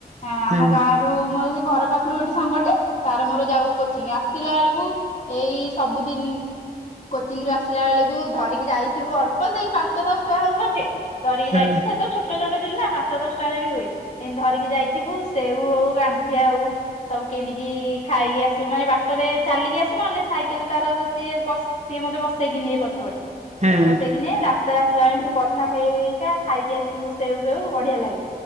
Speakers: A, on the left; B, on the right.
A: ଆମ
B: ହୁଁ
A: ଗାଁରୁ ମ ଘର ପାଖରୁ ଗୋଟେ ସାଙ୍ଗଟେ ତାର ମୋର ଯାଉ କୋଚିଂ ଆସିଲା ବେଳକୁ ଏଇ ସବୁଦିନ କୋଚିଂ ରୁ ଆସିଲା ବେଳକୁ ଧରିକି ଯାଇଥିବୁ ଅଳ୍ପ ସେଇ ପାଞ୍ଚ ଦଶ ଟଙ୍କା ହ ପଛେ କରିକି
B: ହୁଁ
A: ଯାଇଥିବୁ ସେତେବେଳେ ଛୋଟ ଛୋଟ ଥିଲୁ ନା ପାଞ୍ଚ ଦଶଟଙ୍କାରେ ବି ହୁଏ। ଏତି ଧରିକି ଯାଇଥିବୁ ସେଉ ହଉ ଗାଣ୍ଠିଆ ହଉ ସବୁ କିଣିକି ଖାଇକି ଆସିବୁ ମାନେ ବାଟ ରେ ଚାଲିକି ଆସୁ ନହେଲେ ସାଇକେଲ ତାରରେ ସିଏ ତ ସିଏ ମତେ ବସେଇକି ଏ ପଛପଟେ
B: ହୁଁ
A: ବସେଇକି ନିଏ ରା ତେବେଳ ଆସିଲା ବେଳେ ଏମିତି କଥା ହେଇକା ଖାଇକି ଆସିବୁ ସେଉ ଫେଉ ବଢିଆ ଲାଗେ